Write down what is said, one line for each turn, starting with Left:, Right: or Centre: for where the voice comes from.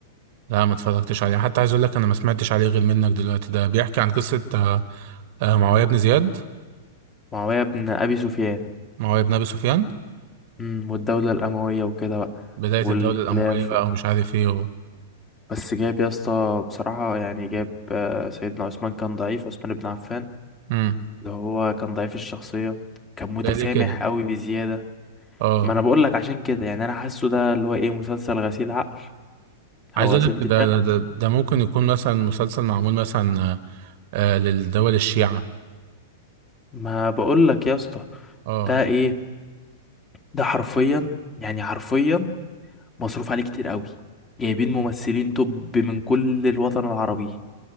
Right: لا ما اتفرجتش عليه حتى عايز اقول لك انا ما سمعتش عليه غير منك دلوقتي ده بيحكي عن قصه آه، آه، معاويه بن زياد
Left: معاوية بن ابي سفيان
Right: معاويه بن ابي سفيان
Left: امم والدولة الاموية وكده بقى
Right: بدايه
Left: والخلاف
Right: الدوله الامويه بقى ومش عارف ايه و...
Left: بس جاب يا اسطى بصراحة يعني جاب آه، سيدنا عثمان كان ضعيف عثمان بن عفان
Right: امم
Left: اللي هو كان ضعيف الشخصية كان متسامح
Right: ده ليه كده
Left: قوي بزيادة
Right: اه
Left: ما انا بقول لك عشان كده يعني انا حاسه ده اللي هو ايه مسلسل غسيل عقل
Right: عايز
Left: او
Right: اقول
Left: غسيل
Right: لك
Left: دماغ
Right: ده ده ده, ده ممكن يكون مثلا مسلسل معمول مثلا آه، آه، للدول الشيعه
Left: ما بقول لك يا اسطى
Right: اه
Left: ده ايه ده حرفيا يعني حرفيا مصروف عليه كتير قوي جايبين ممثلين توب من كل الوطن العربي